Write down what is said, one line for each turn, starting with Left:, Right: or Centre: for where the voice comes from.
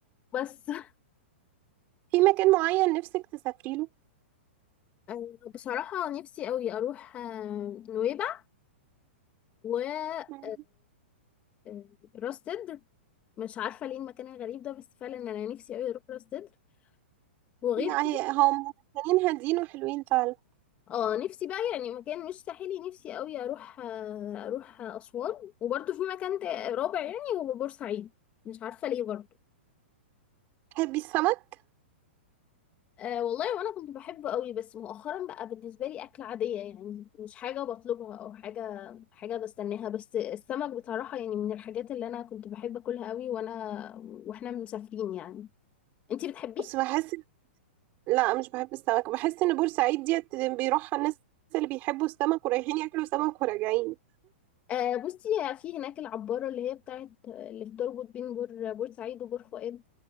Left: بس <laughs>
Right: في مكان معين نفسك تسافري له
Left: آه، بصراحه نفسي قوي اروح آه، نويبع و آه،
Right: مم.
Left: آه، راس سدر مش عارفه ليه المكان الغريب ده بس فعلا انا نفسي قوي اروح راس سدر وغير
Right: لا
Left: كده
Right: هي هم مكانين هادين وحلوين فعلا
Left: اه نفسي بقى يعني مكان مش ساحلي نفسي قوي اروح آه، اروح آه، اسوان وبرده في مكان تا- رابع يعني هو بورسعيد مش عارفه ليه برضه
Right: تحبي السمك
Left: أه والله وانا كنت بحبه قوي بس مؤخرا بقى بالنسبه لي اكل عاديه يعني مش حاجه بطلبها او حاجه حاجه بستناها بس السمك بصراحه يعني من الحاجات اللي انا كنت بحب اكلها قوي وانا واحنا مسافرين يعني انتي بتحبيه
Right: بس بحس لا مش بحب السمك بحس ان بورسعيد ديت بيروحها الناس اللي بيحبوا السمك ورايحين ياكلوا سمك وراجعين
Left: أه بصي في هناك العبارة اللي هي بتاعت اللي بتربط بين بور بورسعيد وبور فؤاد